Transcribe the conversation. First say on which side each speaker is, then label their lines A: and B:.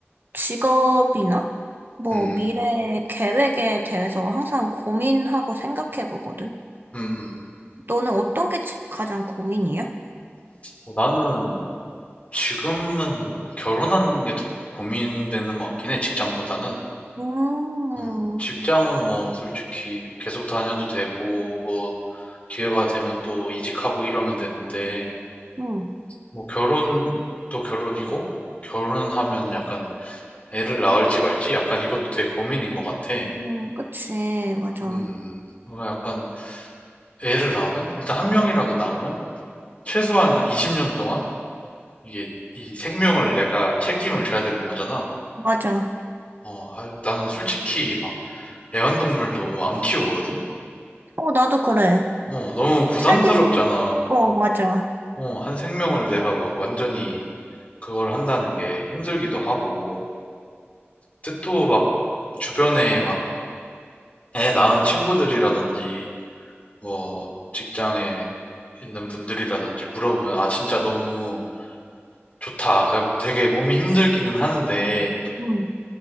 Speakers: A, on the right; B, on the left.
A: 직업이나 뭐
B: 음,
A: 미래 계획에 대해서 항상 고민하고 생각해 보거든.
B: 음, 음. 음.
A: 너는 어떤 게 제- 가장 고민이야?
B: 어, 나는 지금은 결혼하는 게 더 고민되는 것 같긴 해, 직장보다는.
A: 음,
B: 음, 직장은 뭐, 솔직히 계속 다녀도 되고, 뭐, 기회가 되면 또 이직하고 이러면 되는데,
A: 음,
B: 뭐 결혼도 결혼이고 결혼하면 약간 애를 낳을지 말지 약간 이것도 되게 고민인 것 같아.
A: 음, 그치, 맞아,
B: 음, 뭔가 약간 애를 낳으면 일단 한 명이라도 낳으면 최소한 한 20년 동안 이게 이 생명을 내가 책임을 져야 되는 거잖아.
A: 맞아.
B: 어, 아, 나는 솔직히 막 애완동물도 안 키우거든.
A: 어, 나도 그래.
B: 어, 너무 부담스럽잖아.
A: 책임, 어, 맞아.
B: 어, 한 생명을 내가 막 완전히 그걸 한다는 게 힘들기도 하고. 근데 또 막 주변에 애 낳은 친구들이라든지, 뭐, 직장에 있는 분들이라든지 물어보면, 아, 진짜 너무 좋다. 그러니까 되게 몸이 힘들기는 하는데,
A: 응,